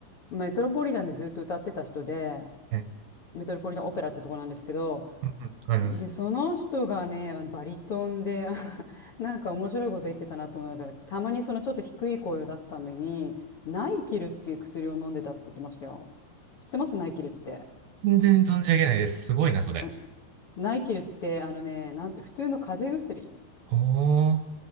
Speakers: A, on the left; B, on the right.
A: メトロポリタンでずっと歌ってた人で、
B: はい、
A: メトロポリタンオペラってとこなんですけど、
B: わかります。
A: で、その人がね、あのバリトンで、<laughs> あなんか面白いこと言ってたなと思うから、たまにそのちょっと低い声を出すために、ナイキルっていう薬を飲んでたって言ってましたよ。知ってますナイキルって。
B: 全然存じ上げないです。すごいな、それ。
A: あナイキルって、あのね、なんて、普通の風邪薬。
B: ほー。